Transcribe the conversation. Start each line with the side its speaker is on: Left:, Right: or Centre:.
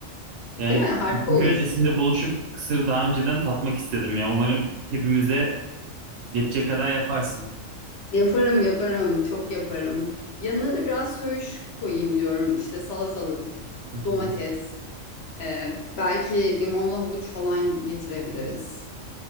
Right: Yani
Left: Değil mi? Harika
Right: piknik
Left: olur.
Right: öncesinde buluşup kısırı daha önceden tatmak istedim ya. Umarım hepimize yetecek kadar yaparsın.
Left: Yaparım yaparım, çok yaparım. Yanına da biraz söğüş koyayım diyorum. İşte salatalık,
Right: Hı
Left: domates,
Right: hı.
Left: e, belki limonlu havuç falan getirebiliriz.